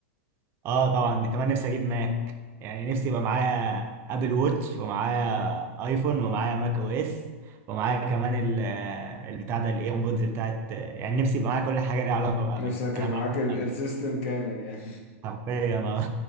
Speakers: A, on the right; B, on the left.
A: <laughs> اه طبعا كمان نفسي اجيب ماك يعني نفسي يبقى معايا ابل ووتش ومعايا ايفون ومعايا ماك او اس ومعايا كمان ال- البتاع ده الايربودز بتاعت يعني نفسي يبقى معايا كل حاجه ليها علاقه بابل
B: نفسك
A: انا
B: يبقى
A: بعشق
B: معاك ال-
A: ابل
B: السيستم كامل يعني
A: حرفيا آه.